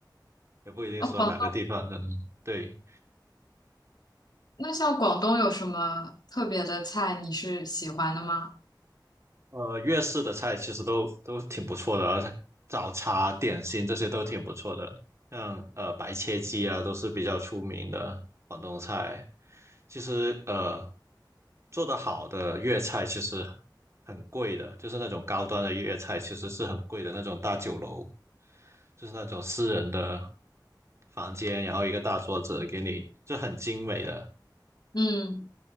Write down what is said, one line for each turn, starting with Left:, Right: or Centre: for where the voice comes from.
Right: 也不一定说哪个地方的。
Left: 哦，广，
Right: 嗯对，
Left: 那像广东有什么特别的菜你是喜欢的吗？
Right: 呃，粤式的菜其实都都挺不错的，而且早茶、点心这些都挺不错的，像呃白切鸡啊，都是比较出名的广东菜。其实呃，做得好的粤菜其实很贵的，就是那种高端的粤菜其实是很贵的，那种大酒楼，就是那种私人的房间，然后一个大桌子给你，就很精美的。
Left: 嗯。